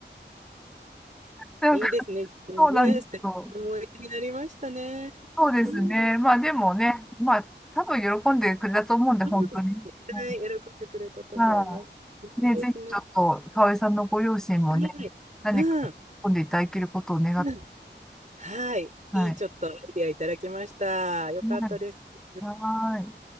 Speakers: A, in the centre; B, on the right (about 40°).
A: <laughs> なんか
B: いいですね。ねえ、
A: そうなんですよ。
B: 素敵な思い出になりましたね。
A: そうですね。
B: うん。うん。
A: まあでもね、まあ多分喜んでくれたと思うんで、
B: はい、
A: 本当に。うん
B: 喜んでくれたと思います。
A: まあ、ね、
B: いいですね。
A: ぜひちょっと、かおりさんのご両親もね、
B: はい。
A: 何か喜んでいただけることを願って、
B: うん。うん。はい。
A: はい。
B: いいちょっとアイデアいただきました。よかったです。
A: はい。はーい。